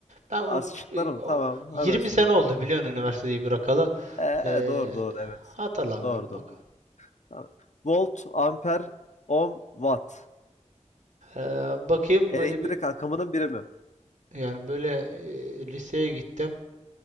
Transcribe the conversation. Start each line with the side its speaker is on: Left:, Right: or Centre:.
Right: Ben onu
Left: Az şıklar
Right: e,
Left: mı? Tamam,
Right: 20
Left: hemen söylüyorum
Right: sene oldu
Left: kanka.
Right: biliyorsun üniversiteyi bırakalı.
Left: Eee,
Right: Ee,
Left: doğru doğru evet.
Right: hatırlamıyorum
Left: Doğru doğru.
Right: bak.
Left: doğru. Tamam. Volt, amper, ohm, watt.
Right: Ee, bakayım
Left: Elektrik
Right: böyle bir
Left: akımının birimi.
Right: yani böyle e, liseye gittim.